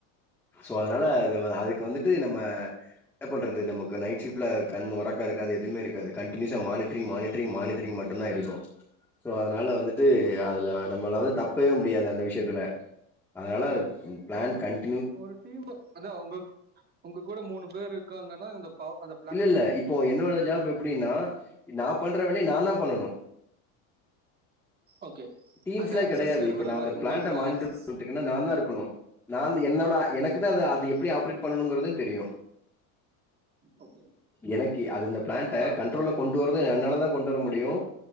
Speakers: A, in the centre; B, on the right.
A: சோ அதனால அது அதுக்கு வந்துட்டு நம்ம என்ன பண்றது நமக்கு நைட் ஷிப்ட்ல கண் ஒறக்கோ இருக்காது எதுமே இருக்காது கண்டினியூஸ்ஸா மானிட்டிரிங் மானிட் டரிங் மானிட்டரிங் மட்டும்தா இருக்கு சோ அதனால வந்துட்டு அதுல நம்மளாலது தப்பவே முடியாது அந்த விஷ்யத்துல அதனால பிளான்
B: இப்போ மு-
A: கண்ட்
B: ஒரு டீம் அத உங்க உங்க கூட மூணு பேர் இருக்காங்கன்னா இந்த பவ் அத
A: இல்ல இல்ல இப்போ என்னோட ஜாப் எப்டின்னா நா பண்ற வேலைய நா தா பண்ணனு
B: ஓகே
A: டீம்ஸ்
B: அந்த
A: எல்லா
B: ஆக்சஸ்
A: கெடையாது
B: இருக்கிற
A: இப்ப நா
B: மாதிரி
A: அந்த
B: உங்களுக்கு
A: பிளாண்ட
B: தான்
A: மானிட்
B: ஆக்சஸ்
A: ஏன்னா நா தா இருக்கணு நா என்னோட எனக்கு தா அது
B: ஓகே
A: அது எப்டி ஆப்ரேட் பண்ணணுங்குறது தெரியு
B: ஓகே
A: எனக்கு அது இந்த பிளான்ட
B: அப்பனா அது
A: கண்ட்ரோல கொண்டு வர் என்னால தா கொண்டு வர முடியு